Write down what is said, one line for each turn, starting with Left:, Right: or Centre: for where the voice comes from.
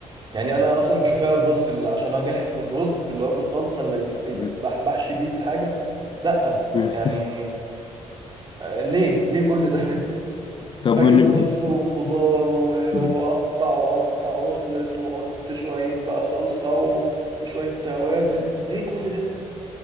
Right: يعني انا اصلا كفايه الرز اللي عشان اجهز الرز اللي هو بالخلطه اللي بيتح- بيتبح-
Left: مم.
Right: بحشي بيه الحاجه لا
Left: مم.
Right: يعني
Left: <laughs>
Right: آه، ليه ليه كل ده <laughs>
Left: طب
Right: اجيب
Left: من
Right: رز وخضار و-
Left: مم.
Right: واقطع واقطع واخلط واحط شويه بقى صلصه و- وشويه توابل ليه كل ده